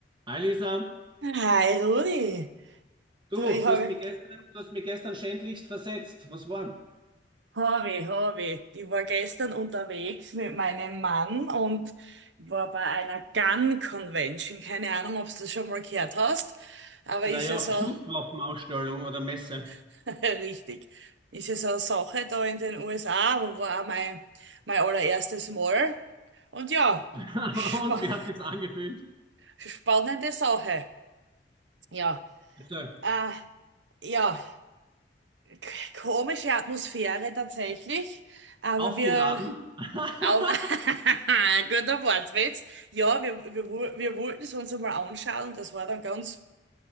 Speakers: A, on the right (about 25°); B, on the right (about 75°).
A: Hi Lisa,
B: Hi Rudi,
A: du,
B: du, ich
A: du
B: habe
A: hast mich gestern, du hast mich gestern schändlichst versetzt. Was waren?
B: Hobby, Hobby. Ich war gestern unterwegs mit meinem Mann und war bei einer Gun Convention. Keine Ahnung, ob du das schon mal gehört hast, aber
A: Naja,
B: ist ja so
A: Schusswaffenausstellung oder Messe.
B: <laughs> richtig. Ist ja so eine Sache da in den USA, aber war auch mein, mein allererstes Mal. Und ja,
A: <laughs> Und
B: spa
A: wie hat sich's angefühlt?
B: <laughs> spannende Sache. Ja,
A: Also,
B: äh, ja, k- komische Atmosphäre tatsächlich, aber
A: aufgeladen.
B: wir
A: <laughs>
B: Auf, <laughs> guter Wortwitz. Ja, wir, wir, wo- wir wollten es uns einmal anschauen. Das war dann ganz,